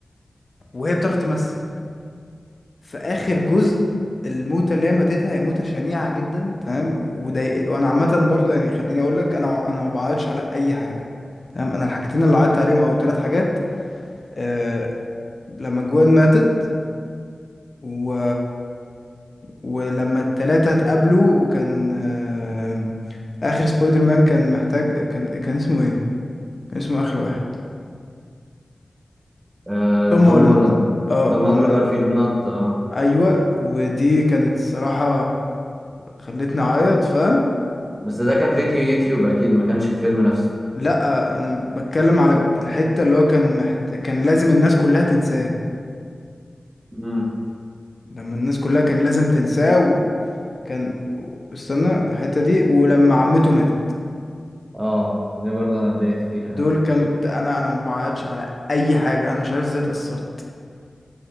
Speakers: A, on the left; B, on the right.
A: وهي بتعرف تمثل في آخر جزء الموتة اللي هي ماتتها هي موتة شنيعة جدا تمام وده وأنا عامة برضو يعني خليني أقول لك أنا أنا ما بعيطش على أي حاجة تمام أنا الحاجتين اللي عيطت عليهم أو ثلاث حاجات آه، لما جوان ماتت و... ولما التلاتة اتقابلوا وكان آه، آخر سبايدر مان كان محتاج كان كان اسمه ايه؟ كان اسمه آخر واحد
B: آه
A: توم توم
B: توم
A: هولاند
B: هولاند
A: هولاند اه
B: لما
A: لما
B: اندرو جارفيلد نط اه
A: ايوه ودي كانت الصراحة خلتني اعيط فاهم؟
B: بس ده كان فيديو يوتيوب اكيد ما كانش الفيلم نفسه
A: لا انا بتكلم على الحتة اللي هو كان محت... كان لازم الناس كلها تنساه
B: امم
A: لما الناس كلها كان لازم تنساه وكان استنى الحتة دي ولما عمته ماتت
B: اه دي برضه انا اتضايقت فيها
A: دول كانوا الت- انا انا ما بعيطش على اي حاجه انا مش عارف ازاي اتاثرت